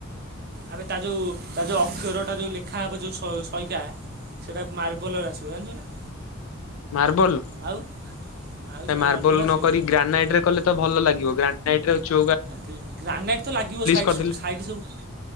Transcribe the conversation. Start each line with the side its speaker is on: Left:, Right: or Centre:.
Right: ଆବେ ତା ଯୋଉ ତା ଯୋଉ ଅକ୍ଷର ଟା ଯୋଉ ଲେଖା ହବ ଯୋଉ ସ ସଇକା। ସେଟା ମାର୍ବଲ ର ଆସିବ ଜାଣିଛୁ ନା।
Left: ମାର୍ବଲ
Right: ଆଉ ଆଉ ସେଇଟା
Left: ମାର୍ବଲ
Right: ମାର୍ବଲର ଆସିବନି।
Left: ନକରିକି ଗ୍ରାନାଇଟ ରେ କଲେ ତ ଭଲ ଲାଗିବ ଗ୍ରା ନାଇଟ ରେ ଅଛୁ।
Right: ଗା ଗ୍ରାନାଇଟ୍ ତ ଲାଗିବ ସାଇଟ
Left: କରିଦେଲେ
Right: ସବୁ ସାଇଟ୍ ସବୁ